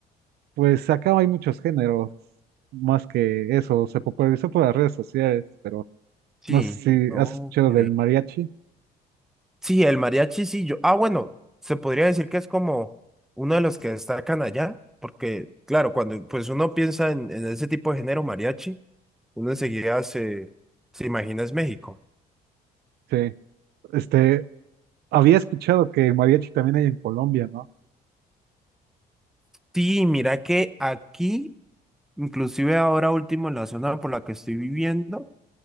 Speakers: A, on the right; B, in the centre.
A: Pues acá hay muchos géneros, más que eso, se popularizó por las redes sociales, pero
B: Sí,
A: no sé Sí.
B: ok.
A: si has escuchado del mariachi.
B: Sí, el mariachi, sí, yo. Ah, bueno, se podría decir que es como uno de los que destacan allá, porque, claro, cuando pues uno piensa en, en ese tipo de género mariachi, uno enseguida se, se imagina es México.
A: Sí, este, había escuchado que el mariachi también hay en Colombia, ¿no?
B: Sí, mira que aquí, inclusive ahora último en la zona por la que estoy viviendo,